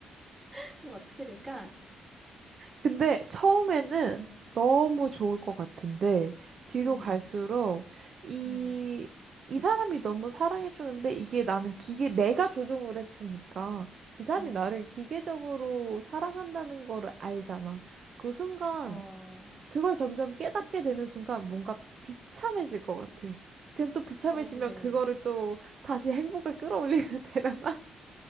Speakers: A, on the right; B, on the right.
A: <laughs> 그럼 어떻게 될까?
B: 근데 처음에는
A: 어,
B: 너무 좋을 것 같은데, 뒤로
A: 음,
B: 갈수록 이,
A: 음,
B: 이 사람이 너무 사랑해주는데 이게 나는 기계, 내가 조종을 했으니까 이 사람이
A: 음.
B: 나를 기계적으로 사랑한다는 거를 알잖아. 그 순간
A: 어,
B: 그걸 점점 깨닫게 되는 순간 뭔가 비참해질 것 같아. 그럼 또 비참해지면
A: 어, 그래.
B: 그거를 또 다시 행복을 끌어올리면 <laughs> 되려나?